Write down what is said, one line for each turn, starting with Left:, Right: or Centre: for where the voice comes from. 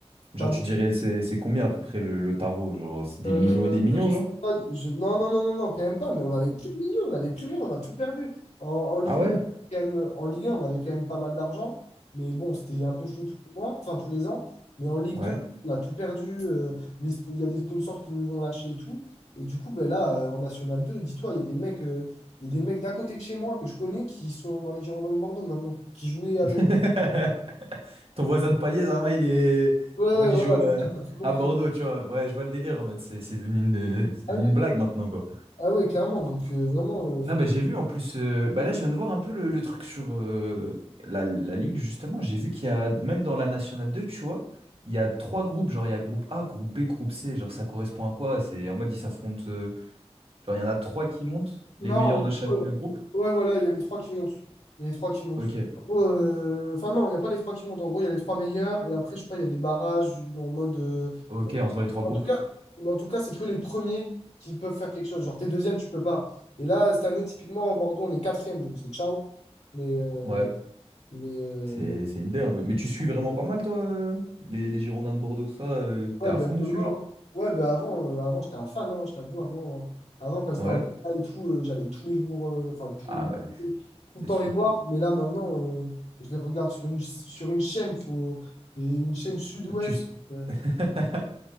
Right: Genre,
Left: T'as
Right: tu dirais, c'est c'est combien à peu près le, le tarot? Genre, c'est des
Left: Euh,
Right: millions et des millions,
Left: je sais
Right: genre?
Left: pas, je- Non, non, non, non, non, quand même pas, mais on n'avait plus de millions, on n'avait plus rien, on a tout perdu. En, en Ligue
Right: Ah ouais?
Left: 1, quand même- en Ligue 1, on avait quand même pas mal d'argent, mais bon, c'était un peu chaud tous les mois, enfin tous les ans. Mais en Ligue
Right: Ouais.
Left: 2, on a tout perdu, euh, les spo- il y a des sponsors qui nous ont lâchés et tout. Et du coup, ben là, euh, en National 2, dis-toi, il y a des mecs, euh, il y a des mecs d'à côté de chez moi que je connais qui sont dans les Girondins de Bordeaux maintenant, qui jouaient avec.
Right: <laughs> Ton voisin de palier, en mode, il est.
Left: Ouais,
Right: En
Left: ouais,
Right: mode, il
Left: voilà,
Right: joue euh,
Left: c'est ça, t'as tout compris.
Right: à, Bordeaux, tu vois. Ouais, je vois le délire. En mode, c'est c'est devenu une... c'est
Left: Ah
Right: devenu
Left: oui,
Right: une blague
Left: oui.
Right: maintenant, quoi.
Left: Ah ouais, clairement, donc euh, vraiment, euh, enfin.
Right: Non, bah, j'ai vu en plus, euh, bah, là je viens de voir un peu le, le truc sur euh, la, la Ligue justement, j'ai vu qu'il y a, même dans la Nationale 2 tu vois, il y a trois groupes, genre il y a groupe A, groupe B, groupe C, genre ça correspond à quoi? C'est en mode ils s'affrontent, euh, genre il y en a trois qui montent, les
Left: Non,
Right: meilleurs de chaque
Left: euh,
Right: euh, groupe.
Left: ouais, voilà, il y a les trois qui montent. Il y a les trois qui montent.
Right: Ok,
Left: En gros, euh, Enfin, non, il n'y a pas les trois qui montent. En gros, il y a les trois meilleurs. Et après, je crois, il y a des barrages en mode. euh,
Right: ok, entre les trois
Left: En
Right: groupes.
Left: tout cas, mais en tout cas, c'est que les premiers qui peuvent faire quelque chose. Genre, t'es deuxième, tu peux pas. Et là, cette année, typiquement, en Bordeaux, on est quatrième. Donc, c'est ciao. Mais, euh,
Right: Ouais.
Left: mais, euh,
Right: C'est c'est une idée un peu. Mais tu suis vraiment pas mal, toi, euh, les, les Girondins de Bordeaux, tout ça. euh,
Left: Ouais,
Right: t'es à
Left: ben,
Right: fond dessus,
Left: vraiment.
Right: genre?
Left: Ouais, ben, avant, euh, avant j'étais un fan, hein, je t'avoue. Avant, euh, avant, quand ils étaient
Right: Ouais.
Left: en Ligue 1 et tout, euh, j'allais tous les jours, euh, enfin, tout,
Right: Ah ouais,
Left: tout le
Right: c'est
Left: temps
Right: sûr.
Left: les voir. Mais là, maintenant, euh, je les regarde sur une, sur une chaîne, faut, et une chaîne sud-ouest.
Right: Tu, s-
Left: euh,
Right: <laughs>